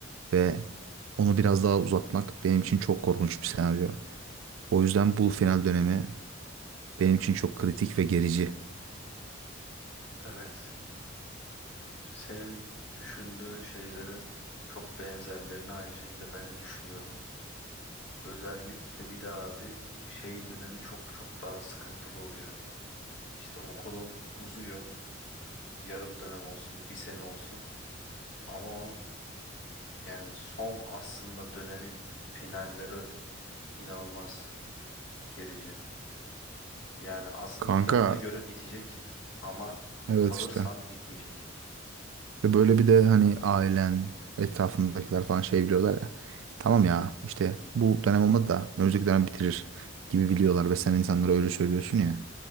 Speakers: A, on the right; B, on the left.
A: ve onu biraz daha uzatmak benim için çok korkunç bir senaryo. O yüzden bu final dönemi benim için çok kritik ve gerici.
B: Evet. Senin düşündüğün şeylerin çok benzerlerini aynı şekilde ben de düşünüyordum. Özellikle bir de abi şey dönemi çok çok daha sıkıntılı oluyor. İşte okulun uzuyor. Yarım dönem olsun, bir sene olsun. Ama o yani son aslında dönemin finalleri inanılmaz gerici. Yani aslında
A: Kanka
B: planına göre bitecek ama
A: evet
B: kalırsan
A: işte.
B: bitmeyecek.
A: Ve böyle bir de hani ailen, etrafındakiler falan şey biliyorlar ya. Tamam ya işte bu dönem olmadı da önümüzdeki dönem bitirir gibi biliyorlar ve sen insanlara öyle söylüyorsun ya.